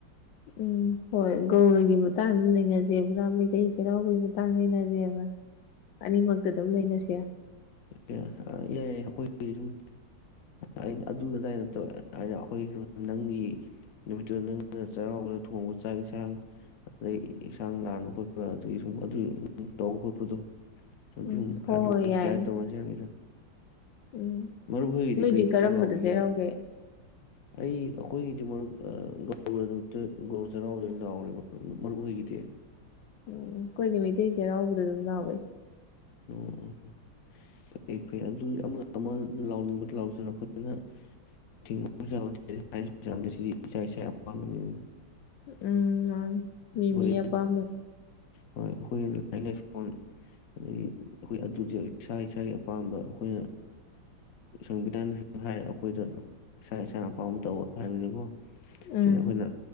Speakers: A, on the left; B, on the left.
A: ꯎꯝ ꯍꯣꯏ ꯒꯧꯔꯒꯤ ꯃꯇꯥꯡ ꯑꯗꯨꯝ ꯅꯩꯅꯖꯦꯕ꯭ꯔꯥ ꯃꯩꯇꯩ ꯆꯩꯔꯥꯎꯕꯒꯤ ꯃꯇꯥꯡ ꯅꯩꯅꯖꯦꯕ꯭ꯔꯥ ꯑꯅꯤꯃꯛꯇ ꯑꯗꯨꯝ ꯅꯩꯅꯥꯁꯤꯔꯥ꯫
B: <unintelligible> ꯏꯌꯥꯏ ꯌꯥꯏ ꯑꯩꯈꯣꯏꯒꯤꯗꯤ ꯁꯨꯝ ꯑꯩꯅ ꯑꯗꯨꯗꯥꯏꯠꯇꯧ ꯑꯩꯅ ꯑꯩꯈꯣꯏꯒꯤ ꯁꯨꯝ ꯅꯪꯒꯤ ꯅꯨꯃꯤꯠꯇꯨꯗ ꯅꯪꯅ ꯆꯩꯔꯥꯎꯕꯗ ꯊꯣꯡꯕ ꯆꯥꯛ ꯏꯟꯁꯥꯡ ꯑꯗꯗꯒꯤ ꯏꯟꯁꯥꯡ ꯂꯥꯟꯕ ꯈꯣꯠꯄ ꯑꯗꯨꯗꯒꯤ ꯁꯨꯝ ꯑꯗꯨꯒꯤ ꯇꯧꯕ ꯈꯣꯠꯄꯗꯣ <unintelligible>
A: ꯎꯝ ꯍꯣꯏ
B: ꯍꯥꯏꯕꯅꯤꯗ
A: ꯍꯣꯏ ꯌꯥꯏ ꯎꯝ
B: ꯃꯔꯨꯞ ꯍꯣꯏꯒꯤꯗꯤ
A: ꯅꯣꯏꯗꯤ
B: ꯀꯩ ꯅꯨꯃꯤꯠꯇ
A: ꯀꯔꯝꯕꯗ
B: ꯂꯥꯎꯈꯤꯒꯦ
A: ꯆꯦꯔꯥꯎꯒꯦ
B: ꯑꯩ ꯑꯩꯈꯣꯏꯒꯤꯗꯤ ꯃꯔꯨꯞ ꯒꯧꯔꯥ ꯅꯨꯃꯤꯠꯇ ꯒꯑꯧꯔꯥ ꯆꯩꯔꯥꯎꯗ ꯑꯣꯏꯅ ꯂꯥꯎꯔꯦ ꯃꯔꯨꯞ ꯑꯣꯏꯒꯤꯗꯤ
A: ꯎꯝ <unintelligible> ꯃꯩꯇꯩ ꯆꯩꯔꯥꯎꯕꯗ ꯑꯗꯨꯝ ꯂꯥꯎꯋꯏ
B: ꯑꯣ ꯐꯩ ꯐꯩ ꯑꯗꯨ ꯑꯃ ꯑꯃ ꯂꯥꯎꯅꯤꯡꯕꯗ ꯂꯥꯎꯁꯤꯅ ꯑꯩꯈꯣꯏꯅ ꯊꯤꯡꯕꯁꯨ ꯁꯤꯗꯤ ꯏꯁꯥ ꯏꯁꯥꯒꯤ ꯑꯄꯥꯝꯕꯅꯤꯅ
A: ꯎꯝ ꯃꯥꯅꯦ꯫ ꯃꯤꯃꯤ
B: ꯍꯣꯏ
A: ꯑꯄꯥꯝꯕꯅꯦ
B: ꯍꯣꯏ ꯑꯩꯈꯣꯏꯒꯤ ꯂꯥꯏꯅꯤꯡꯛ ꯂꯥꯏꯁꯣꯟ ꯑꯗꯒꯤ ꯑꯩꯈꯣꯏ ꯑꯗꯨꯗꯤ ꯏꯁꯥ ꯏꯁꯥꯒꯤ ꯑꯄꯥꯝꯕ ꯑꯩꯈꯣꯏꯅ ꯁꯪꯕꯤꯙꯥꯟꯗꯁꯨ ꯍꯥꯏꯔ ꯑꯩꯈꯣꯏꯗ ꯏꯁꯥ ꯏꯁꯥꯅ ꯑꯄꯥꯝꯕ ꯇꯧ ꯍꯥꯏꯕꯅꯤꯀꯣ
A: ꯎꯝ
B: ꯁꯤꯗ ꯑꯩꯈꯣꯏꯅ